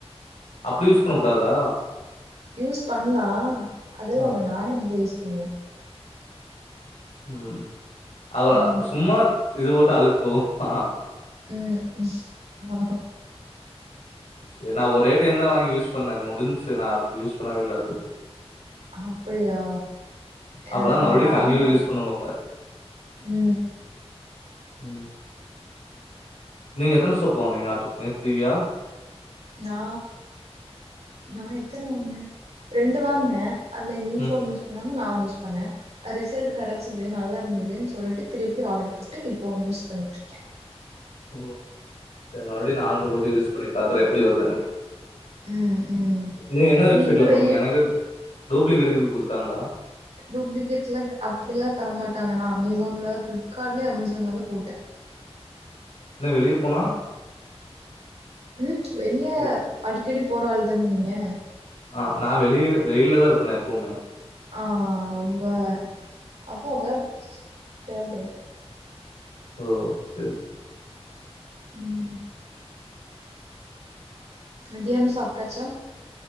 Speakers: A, on the left; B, on the right.
A: அப்டி யூஸ் பண்ண கூடாதா
B: யூஸ் பண்லா அதுலா
A: ஆ
B: உண்ண நானே ம <unintelligible> <unintelligible>
A: உ அவதா
B: ம்
A: சும்மா இத போட்டா அழுக்கு போகுமா
B: உ <unintelligible>
A: இது நா ஒருரே டைமுதா வாங்கி யூஸ் பண்ணே முடிந்ச்சு நா அடுத் யூஸ் பண்ணவே இல்ல அடுத்
B: அப்படியா எனக்கு
A: அப்பதா
B: நா
A: மறுபடியு
B: வாங்கினே
A: கண்டினியூ யூஸ் பண்ண போல
B: உ
A: எ நீங்க எத்தன சொப்பு வாங்குனீங்க நேத்தியா
B: நா நா எத்தன வாங்கினே ரெண்டு வாங்கினே அது எங்க விட்ல
A: ம்
B: ஒன்னு யூஸ்பண்ணா ஒன்னு நா ஒன்னு யூஸ் பண்ணே ரிசல்ட் கெடைச்சுது நல்லா இருந்ததுன்னு சொல்லிட்டு திருப்பி ஆடர் போட்டு இப்ப யூஸ் பண்ணிட்ருக்கே
A: ஓ சரி மறுபடி நா ஆடர் போட்டு யூஸ் பண்ணி பாக்குறே எப்டி வருதுன்னு
B: உ உ
A: நீங்க என்ன
B: இப்ப
A: வெப்சைட்ல
B: நீங்களு
A: போட்டீங்க
B: வெளிய
A: எனக்கு டூப்ளிகேட் எதும் குடுத்துட்டாங்களா
B: டூப்ளிகேட் எல அப்டி லா தரமாட்டாங்கன்னா அமேசான்ல பிப்ளிப்கார்ட்லயே அமேசான்ல தா போட்டே
A: என்ன வெளிய போனா
B: உ வெளிய
A: வெ-
B: அடிக்கடி போற ஆள் தான நீங்க
A: ஆ நா வெளிய வெயில்லதா இருப்பே நா எப்பவுமே
B: ஆ ரொம்ப அப்போ அத தேவப்படு
A: ஓ சேரி
B: உம் மதியானோ சாப்ட்டாச்சா